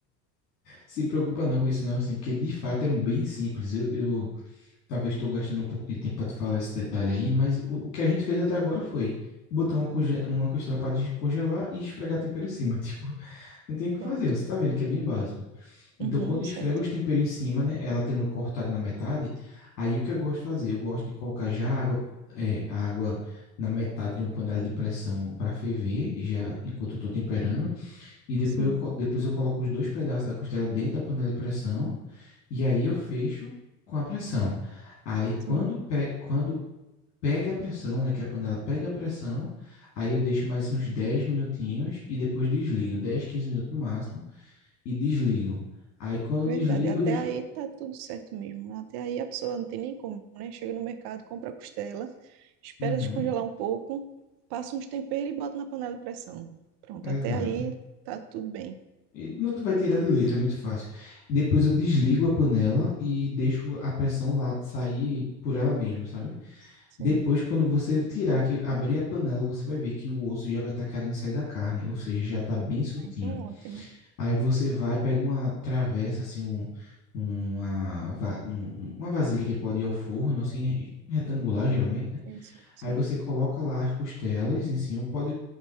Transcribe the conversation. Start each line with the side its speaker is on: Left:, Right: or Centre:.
Left: se preocupa não com isso não, assim, porque de fato é bem simples. Eu, eu Talvez estou gastando um pouco de tempo para te falar esse detalhe aí, mas o, o que a gente fez até agora foi botar uma, conge- uma costela para descongelar e esfregar tempero em cima. <laughs> Tipo, não tem o que
Right: Pronto.
Left: fazer, você tá vendo que é bem básico. Então,
Right: Uhum,
Left: quando esfrega
Right: certo.
Left: os temperos em cima, né, ela tendo cortado na metade, aí o que eu gosto de fazer? Eu gosto de colocar já água, é, água na metade de uma panela de pressão para ferver, já enquanto eu tô temperando, e depois
Right: Sim,
Left: eu, co- depois eu coloco os dois pedaços da costela dentro da panela de pressão e aí eu fecho com a pressão. Aí quando,
Right: sim.
Left: pe quando pega a pressão, né, que a panela pega a pressão, aí eu deixo mais uns 10 minutinhos e depois desligo, 10, 15 minutos no máximo, e desligo. Aí quando
Right: Verdade,
Left: desligo,
Right: até
Left: eu deixo...
Right: aí tá tudo certo mesmo. Até aí a pessoa não tem nem como, né? Chega no mercado, compra a costela, espera
Left: Uhum,
Right: descongelar um pouco, passa uns temperos e bota na panela de pressão. Pronto,
Left: exato.
Right: até aí tá tudo bem.
Left: E não tu vai tirar de letra, é muito fácil. Depois eu desligo a panela e deixo a pressão lá sair por ela mesma, sabe?
Right: Sim,
Left: Depois, quando você tirar, que abrir a panela, você vai ver que o osso já vai estar querendo sair da carne, ou seja, já está bem soltinho.
Right: Ah, então é ótimo.
Left: Aí você vai, pega uma travessa, assim, um, uma, va- um- um- uma vasilha que pode ir ao forno, assim, re- retangular geralmente, né?
Right: Sim, sim, sim,
Left: Aí você coloca lá as costelas em cima, pode,